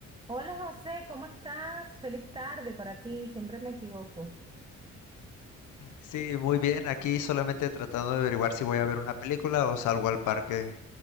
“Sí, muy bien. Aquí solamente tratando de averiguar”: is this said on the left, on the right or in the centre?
Left